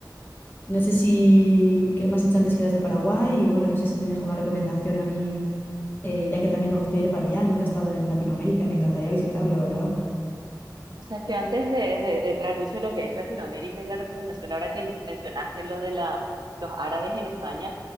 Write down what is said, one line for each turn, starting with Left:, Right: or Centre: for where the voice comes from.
Left: no sé si, que me has dicho antes que eras de Paraguay y bueno, no sé si tenías alguna recomendación a mí, eh, ya que también me gustaría ir para allá. Nunca he estado en Latinoamérica y me encantaría visitarlo, la verdad.
Right: O sea, es que antes de, de, de traer mucho lo que es Latinoamérica y la recomendación, ahora que mencionaste lo de la, los árabes en España,